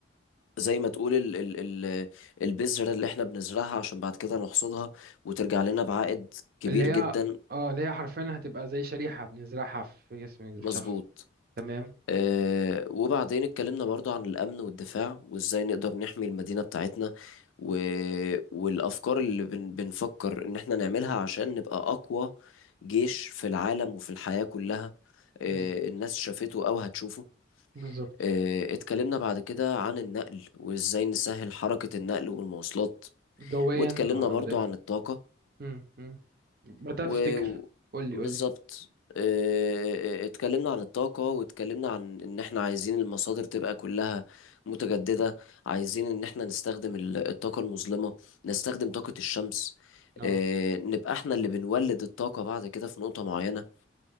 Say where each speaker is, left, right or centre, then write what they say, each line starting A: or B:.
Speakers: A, on the left; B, on the right.
A: زي ما تقول ال ال ال البذرة اللي احنا بنزرعها عشان بعد كده نحصدها وترجع لنا بعائد كبير
B: اللي هي
A: جدا
B: اه اللي هي حرفيا هتبقى زي شريحة بنزرعها في جسم الشخص
A: مظبوط
B: تمام
A: اه وبعدين اتكلمنا برضو عن الأمن والدفاع وازاي نقدر نحمي المدينة بتاعتنا و والأفكار اللي بن بنفكر إن احنا نعملها عشان نبقى أقوى جيش في العالم وفي الحياة كلها اه
B: بز-
A: الناس شافته أو هتشوفه
B: بالظبط
A: اه اتكلمنا بعد كده عن النقل وازاي نسهل حركة النقل والمواصلات
B: جويا
A: واتكلمنا
B: آه، او
A: برضو
B: ارضيا
A: عن الطاقة
B: امم امم بدأت
A: و...
B: افتكر
A: و-
B: قول لي
A: بالظبط
B: قول لي
A: آه، اتكلمنا عن الطاقة واتكلمنا عن ان احنا عايزين المصادر تبقى كلها متجددة عايزين ان احنا نستخدم ال- الطاقة المظلمة نستخدم طاقة الشمس
B: اه
A: آه، نبقى احنا اللي بنولد الطاقة بعد كده في نقطة معينة